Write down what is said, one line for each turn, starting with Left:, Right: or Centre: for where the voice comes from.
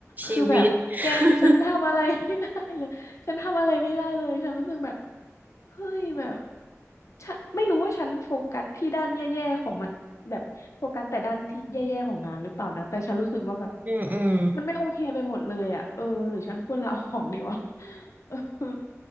Right: ชีวิต
Left: คือแบบแกฉันทำอะไรไม่ได้เลยฉันทำอะไรไม่ได้เลยฉันรู้สึกแบบ
Right: <laughs>
Left: เฮ้ยแบบฉันไม่รู้ว่าฉันโฟกัสที่ด้านแย่ๆของมันแบบโฟกัสแต่ด้านที่แย่ๆของงานหรือเปล่านะ แต่ฉันรู้สึกว่าแบบ
Right: อืมอืม
Left: มันไม่โอเคไปหมดเลยอ่ะเออ หรือฉันควรลาออกดีวะ <laughs> เออ